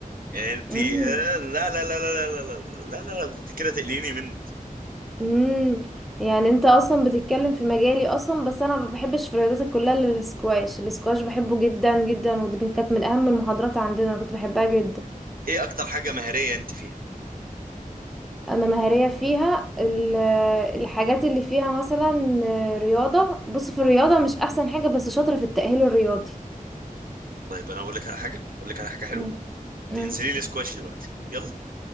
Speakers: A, on the right (about 75°); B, in the centre.
A: يعني انت
B: امم
A: آه، لا لا لا لا لا لا لا لا لا لا، انت كده تقليني منك
B: امم يعني انت اصلا بتتكلم في مجالي اصلا بس انا ما بحبش في الرياضات كلها الا الاسكواش الاسكواش بحبه جدا جدا ودي كانت من اهم المحاضرات عندنا انا كنت بحبها جدا
A: ايه اكتر حاجه مهاريه انت فيها
B: انا مهارية فيها ال- الحاجات اللي فيها مثلا رياضة بص في الرياضة مش احسن حاجة بس شاطرة في التأهيل الرياضي
A: طيب انا اقول لك على حاجه اقول لك على حاجه حلوه
B: مم. مم.
A: انزلي لي سكواش دلوقتي يلا